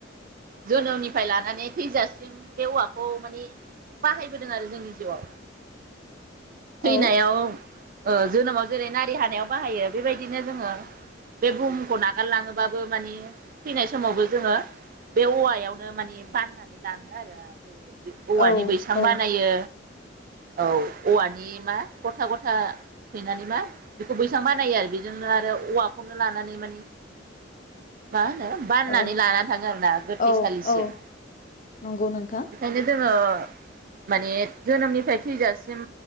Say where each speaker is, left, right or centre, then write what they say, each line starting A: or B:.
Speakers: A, on the right; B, on the left.
A: जोनोमनिफ्राय लानानै थैजासिम बे औवाखौ माने बाहायबोदों आरो जोंनि जिउआव, थैनायाव
B: औ
A: ओ जोनोमाव जेरै नारि हानायाव बाहायो बेबायदिनो जोङो, बे बुहुमखौ नागारलाङोबाबो माने थैनाय समावबो जोङो बे औवायावनो माने, बाननानै लाङो आरो जेरै औवानि
B: औ
A: बैसां
B: औ
A: बानायो औ औवानि मा, गथा गथा सैनानै मा बेखौ बैसां बानायो आरो बेजोंनो आरो औवा, खौनो लानानै मानि मा होनो बाननानै
B: औ
A: लानानै थाङो आरोना गोथैसालिसिम
B: औ औ नंगौ नोंथां
A: बेखायनो जोङो, माने जोनोमनिफ्राय थैजासिम